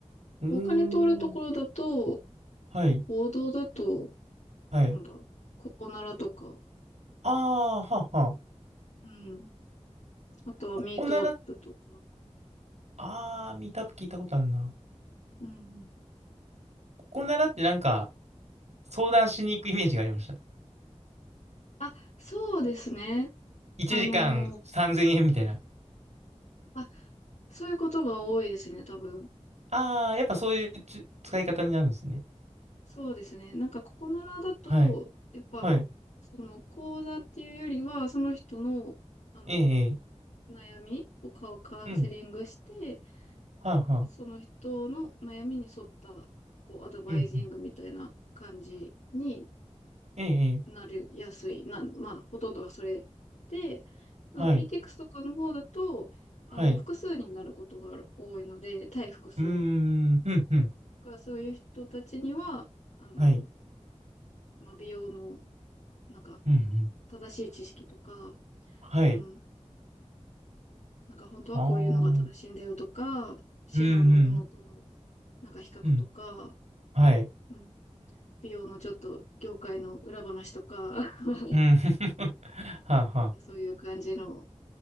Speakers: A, on the right; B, on the left.
A: ーん。
B: お金取るところだと、
A: はい。
B: 報道だと、
A: はい。
B: なんだ、ココナラとか、
A: ああ、はあはあ。
B: うん。あとはミートアップとか。
A: ここなら、ああ、ミートアップ聞いたことあるな。
B: うんうん。
A: ここならってなんか、相談しに行くイメージがありました。
B: あ、そうですね。
A: 1時間3000円みたいな。
B: あのーあ、そういうことが多いですね、多分。
A: ああ、やっぱそういうつ使い方になるんですね。
B: そうですね。なんかココナラだと、
A: はい。
B: やっぱ、
A: はい。
B: その講座っていうよりは、その人の、あの、
A: ええ、ええ
B: お悩みをカカウンセリングして、
A: うん。はあはあ。
B: その人の悩みに沿った、こう、アドバイジングみたいな感じに
A: うん、うん。ええ、ええ
B: なりやすい。な、まあ、ほとんどがそれで、その
A: はい。
B: PTX とかの方だと、あの、
A: はい。
B: 複数になることがある多いので、対複数
A: うーん、うん、うん。
B: がそういう人たちには、あの、
A: はい。
B: まあ、美容の、なんか、
A: うん、うん。
B: 正しい知識とか、
A: はい。
B: うん、なんか本当はこういうのが正しいんだよとか、
A: ああ。うん、
B: 市販のものとの、
A: うん。
B: なんか比較とか、
A: うん。はい。
B: うん、美容のちょっと業界の裏話とか、<laughs> な
A: うん。<laughs> はあはあ。
B: んかそういう感じの、